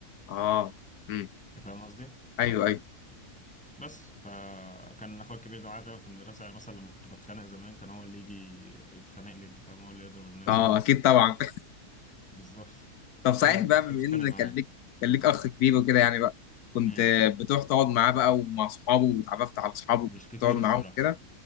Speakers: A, on the left; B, in the centre.
A: اه امم
B: انت فاهم قصدي
A: ايوه ايوه
B: بس فكان اخويا الكبير ده معايا دايما في المدرسه يعني مثلا لما كنت بتخانق زمان كان هو اللي يجي يتخانق لي انت فاهم هو اللي يضرب الناس
A: اه
B: كده
A: اكيد طبعا <laughs>
B: بالظبط
A: طب
B: مش
A: صحيح
B: كان الناس
A: بقى
B: كانت بتحب
A: بما
B: تتخانق
A: ان
B: معايا
A: كان ليك كان ليك اخ كبير وكده يعني بقى كنت
B: امم
A: بتروح تقعد معاه بقى ومع اصحابه واتعرفت على اصحابه وكنت
B: مش كتير
A: بتقعد معاهم
B: الصراحه
A: كده